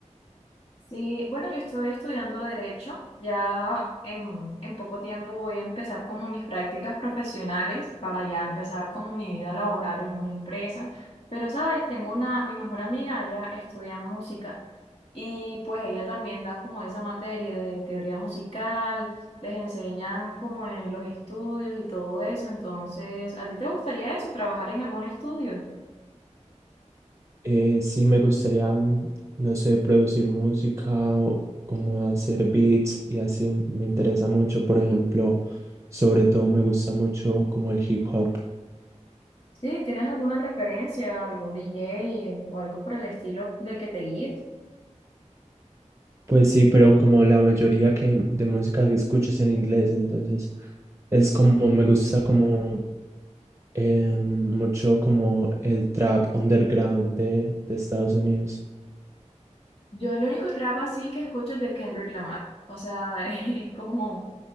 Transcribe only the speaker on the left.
Sí, bueno, yo estoy estudiando Derecho. Ya en, en poco tiempo voy a empezar como mis prácticas profesionales para ya empezar como mi vida laboral en una empresa. Pero, ¿sabes? Tengo una, mi mejor amiga, ella estudia música y pues ella también da como esa materia de teoría musical, les enseñan como en los estudios y todo eso. Entonces, ¿a ti te gustaría eso, trabajar en algún estudio?
Sí, ¿tienes alguna referencia, algún DJ o algo por el estilo del que te guíes?
Yo el único trap así que escucho es de Kendrick Lamar. O sea, <laughs> es como